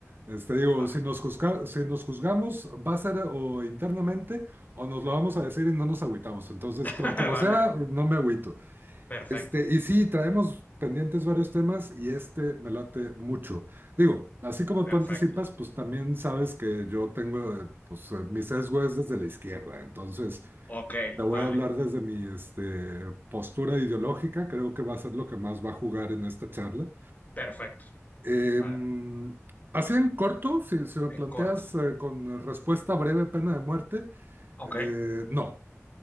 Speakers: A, on the right; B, on the left.
A: Este, digo,
B: Ah,
A: si nos juzga- si nos juzgamos, va a ser o internamente o nos lo vamos a decir y no nos agüitamos. Entonces,
B: <laughs>
A: co- como
B: vale,
A: sea, no me agüito.
B: perfecto,
A: Este, y sí, traemos pendientes varios temas y este me late mucho. Digo, así como
B: perfecto.
A: tú anticipas, pues también sabes que yo tengo, eh, pues eh, mi sesgo es desde la izquierda. Entonces,
B: Ok,
A: Te voy
B: vale,
A: a hablar desde mi este, postura ideológica, creo que va a ser lo que más va a jugar en esta charla.
B: perfecto.
A: Em,
B: A ver,
A: así en corto, si, si me
B: en
A: planteas
B: corto.
A: eh, con respuesta breve, pena de muerte,
B: Ok,
A: eh, no,